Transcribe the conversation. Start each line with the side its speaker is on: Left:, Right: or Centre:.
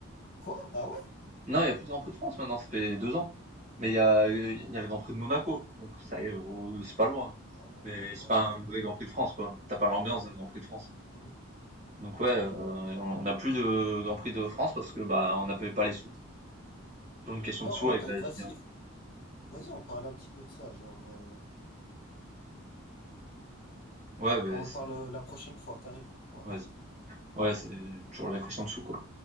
Left: Quoi? Ah ouais?
Right: Non, il y a plus de Grand Prix de France maintenant, ça fait 2 ans. Mais il y a, il y a le Grand Prix de Monaco, donc ça y est, re- c'est pas loin.
Left: Ah
Right: Mais c'est
Left: ouais.
Right: pas un vrai Grand Prix de France, quoi. T'as pas l'ambiance
Left: Ouais,
Right: d'un Grand
Left: ouais,
Right: Prix de France.
Left: ouais.
Right: Donc ouais, euh, on n'a plus de Grand Prix de France parce que bah on n'avait pas les sous. Toujours une question
Left: Non,
Right: de sous
Left: en
Right: avec
Left: vrai,
Right: la
Left: vas-y,
Right: f FIA.
Left: vas-y, on parle un petit peu de ça, genre, euh,
Right: Ouais, bah,
Left: on le
Right: c'est-
Left: parle euh, la prochaine fois, carrément. Ouais.
Right: vas-y. Ouais, c'est toujours la question de sous, quoi.